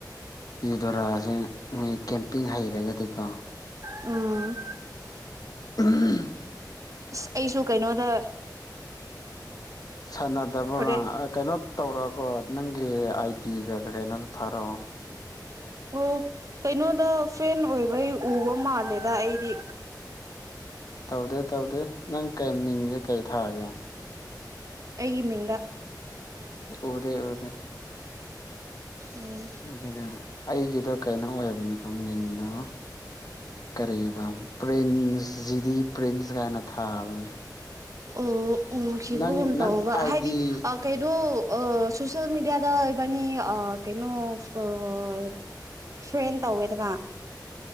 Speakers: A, on the left; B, on the right.
A: ꯌꯨꯗꯣꯔꯥꯁꯦ ꯃꯤ ꯀꯦꯝꯄꯤꯡ ꯍꯩꯔꯒꯗꯤꯀꯣ
B: ꯎꯝ
A: ꯎꯝ
B: ꯏꯁ ꯑꯩꯁꯨ ꯀꯩꯅꯣꯗ
A: ꯁꯥꯟꯅꯗꯕ꯭ꯔꯣ
B: ꯍꯣꯔꯦꯟ
A: ꯅꯪ ꯑ ꯀꯩꯅꯣ ꯇꯧꯔꯒꯣ ꯅꯪꯒꯤ ꯑꯥꯏꯗꯤꯒ ꯀꯩꯀꯩꯅꯣꯗꯣ ꯊꯥꯔꯛꯑꯣ
B: ꯑꯣ ꯀꯩꯅꯣꯗ ꯐꯦꯟ ꯑꯣꯏꯕꯩ ꯎꯕ ꯃꯥꯜꯂꯦꯗ ꯑꯩꯗꯤ
A: ꯇꯧꯗꯦ ꯇꯧꯗꯦ ꯅꯪ ꯀꯩ ꯃꯤꯡꯖꯦ ꯀꯩ ꯊꯥꯒꯦ
B: ꯑꯩꯒꯤ ꯃꯤꯡꯗ
A: ꯎꯗꯦ ꯎꯗꯦ
B: ꯎꯝ
A: ꯑꯗꯨꯒ ꯑꯩꯒꯤꯗꯣ ꯀꯩꯅꯣ ꯑꯣꯏꯕꯅꯤꯀꯣ ꯃꯤꯡꯗꯣ ꯁ ꯀꯔꯤꯕ ꯄ꯭ꯔꯤꯟꯁ ꯖꯤꯗꯤ ꯄ꯭ꯔꯤꯟꯁ ꯒꯥꯏꯅ ꯊꯥꯕꯅꯦ
B: ꯑꯣ ꯎꯈꯤꯕꯒꯨꯝ
A: ꯅꯪ ꯅꯪ
B: ꯇꯧꯕ
A: ꯑꯥꯏꯗꯤ
B: ꯍꯥꯏꯗꯤ ꯑꯥ ꯀꯩꯅꯣ ꯑ ꯁꯣꯁꯤꯌꯦꯜ ꯃꯦꯗꯤꯌꯥꯗ ꯏꯕꯥꯅꯤ ꯑꯥ ꯀꯩꯅꯣ ꯑꯥ ꯐꯔ꯭ꯦꯟ ꯇꯧꯋꯦꯗꯅ